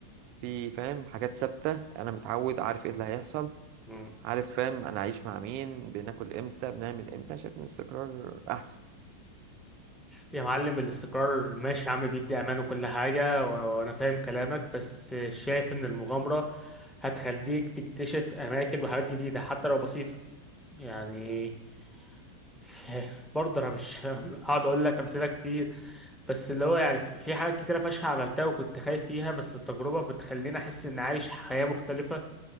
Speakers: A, on the right; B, in the centre.
A: في فاهم حاجات ثابته انا متعود عارف ايه اللي هيحصل
B: مم.
A: عارف فاهم انا عايش مع مين بناكل امتى بنعمل امتى شايف ان الاستقرار احسن
B: يا معلم الاستقرار ماشي يا عم بيدي امان وكل حاجه و- وانا فاهم كلامك بس شايف ان المغامره هتخليك تكتشف اماكن وحاجات جديده حتى لو بسيطه يعني <laughs> برضه انا مش <laughs> هقعد اقول لك امثله كتير بس اللي هو يعني في في حاجات كتيره فشخ عملتها وكنت خايف فيها بس التجربه بتخليني احس اني عايش حياه مختلفه